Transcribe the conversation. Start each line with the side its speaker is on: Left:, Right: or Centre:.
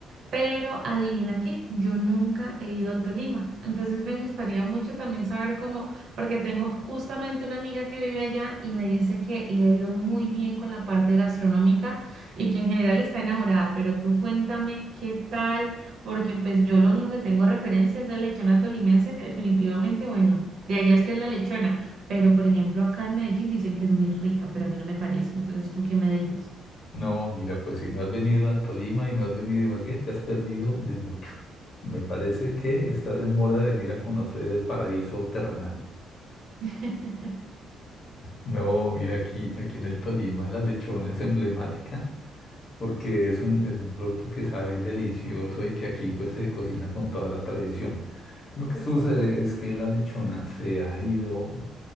Right: Pero adivina qué, yo nunca he ido al Tolima. Entonces me gustaría mucho también saber cómo, porque tengo justamente una amiga que vive allá y me dice que le ha ido muy bien con la parte gastronómica y que en general está enamorada. Pero tú cuéntame qué tal, porque pues yo lo único que tengo referencia es la lechona tolimense, que definitivamente, bueno, de allá es que es la lechona. Pero por ejemplo, acá en Medellín dicen que es muy rica, pero a mí no me parece. Entonces, ¿tú qué me dices?
Left: No, mira, pues si no has venido a Tolima y no has venido a Ibagué, te has perdido de mucho. Me parece que estás en mora de venir a conocer el paraíso terrenal.
Right: <laughs>
Left: No, mira, aquí, aquí en el Tolima la lechona es emblemática porque es un, es un producto que sabe delicioso y que aquí pues se cocina con toda la tradición. Lo que sucede es que la lechona se ha ido